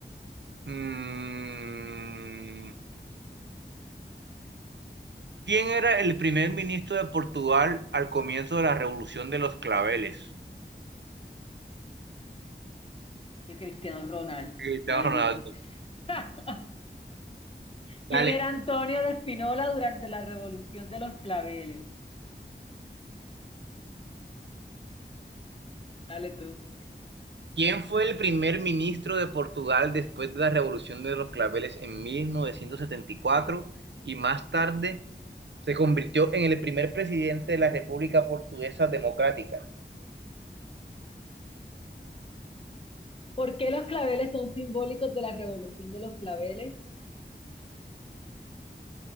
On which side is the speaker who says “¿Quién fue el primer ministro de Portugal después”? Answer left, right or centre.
Right